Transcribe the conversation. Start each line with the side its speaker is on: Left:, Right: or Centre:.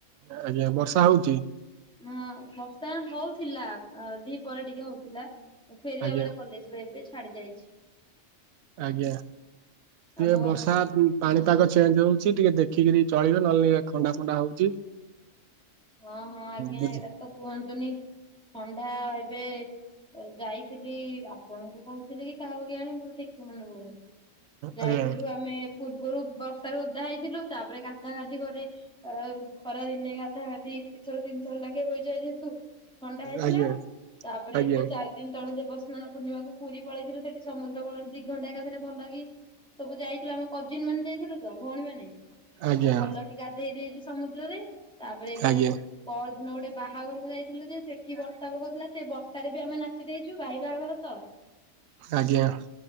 Right: ଆଜ୍ଞା, ବର୍ଷା ହଉଛି।
Centre: ହଁ, ବର୍ଷା ହଉଥିଲା। ଦିହପରେ ଟିକେ ହଉଥିଲା। ମୁଁ ଫେରିବା
Right: ଆଜ୍ଞା
Centre: ବେଳେ କଲେଜରୁ। ଏବେ ଛାଡି ଯାଇଛି।
Right: ଆଜ୍ଞା, ଟିଏ
Centre: ଆମ
Right: ବର୍ଷାତ ଉଁ ପାଣିପାଗ ଚେଞ୍ଜ ହଉଛି। ଟିକେ, ଦେଖିକିରି ଚଳିବେ। ନହେଲେ ଥଣ୍ଡା ଫଣ୍ଡା ହଉଛି।
Centre: ହଁ, ହଁ ଆଜ୍ଞା!
Right: ବୁଝ
Centre: ଏଇଟା ତ କୁହନ୍ତୁନି, ଥଣ୍ଡା ଏବେ ଯାଇଥିଲି-ଲି। ଆପଣଙ୍କୁ କହୁଥିଲି କି କାହାକୁ କେଆଣି! ମୋର ଠିକ୍ ସେ ମନେ ପଡ଼ୁନି। ଯାଇଥିଲୁ
Right: ଆଜ୍ଞା
Centre: ଆମେ ପୂର୍ବରୁ ବର୍ଷାରୁ ଓଦା ହେଇଥିଲୁ। ତା'ପରେ ଗାଧା ଗାଧି କରି ଅ ଖରା ଦିନେ ଗାଧା ଗାଧି ଦି-ଦି ଥର ତିିନ୍ ଥର ଲାଖେ ହୋଇଯାଏ, ଯେହେତୁ ଥଣ୍ଡା ହେଇଥିଲା।
Right: ଆଜ୍ଞା
Centre: ତା'ପରେ
Right: ଆଜ୍ଞା।
Centre: ଏବେ ଚାରି ଦିନ ତଳେ ଦେବସା ସ୍ନାନ ପୂର୍ଣିମାକୁ ପୁରୀ ପଳେଇଥିଲୁ। ସେଠି ସମୁଦ୍ର କୂଳରେ ଦି ଘଣ୍ଟା ଏକାଥରେ ଭଲ କିି ସବୁ ଯାଇଥିଲୁ। ଆମ କଜିିନ ମାନେ ଯାଇଥିଲୁ ତ ଭଉଣୀ ମାନେ,
Right: ଆଜ୍ଞା
Centre: ଆଉ ଭଲ କି ଗାଧେଇ ଦେଇଛୁ ସମୁଦ୍ରରେ, ତା'ପରେ ଏବେ
Right: ଆଜ୍ଞା
Centre: ପରଦିନ ଗୋଟେ ବାହାଘରକୁ ଯାଇଥିଲୁ ଯେ, ସେଠି ବର୍ଷା ପକଉଥିଲା ସେ ବର୍ଷାରେ ବି ଆମେ ନାଚି ଦେଇଛୁ। ଭାଇ ବାହାଘର ତ!
Right: ଆଜ୍ଞା।